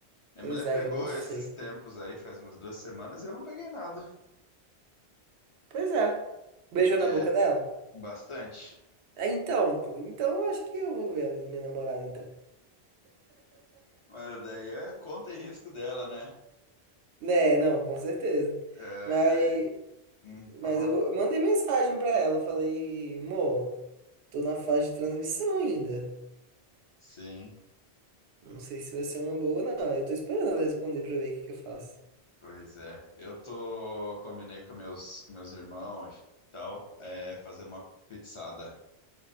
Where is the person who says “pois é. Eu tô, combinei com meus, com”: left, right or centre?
Left